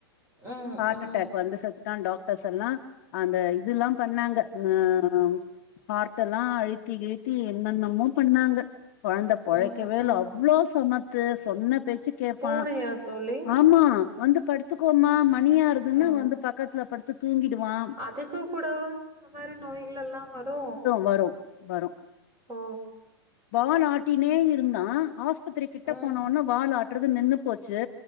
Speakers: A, on the right; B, on the left.
A: ம்,
B: ஹாட்
A: ம்,
B: அட்டாக் வந்து செத்துட்டா டாக் பெசல்லா அந்த இதுல்லா பண்ணாங்க அ அம் ஹார்ட் எல்லா அழுத்தி கிழ்த்தி என்னென்னமோ பண்ணாங்க கொழந்த பொழைக்கவே
A: ம்,
B: இல்ல
A: ம்.
B: அவ்ளோ சமத்து சொன்ன பேச்சு கேப்பா
A: பூனையா தோழி
B: ஆமா வந்து படுத்துக்கோமா மணியாரதுன்னா
A: ஓ!
B: வந்து பக்கத்துல படுத்து தூங்கிடுவா
A: அதுக்கு கூடவா இந்த மாரி நோய்களெல்லா வரு
B: வரு வரு
A: ஓ
B: வாலாட்டினே இருந்தா ஆஸ்பத்திரி கிட்ட
A: ம்.
B: போனோன வால் ஆட்றது நின்னு போச்சு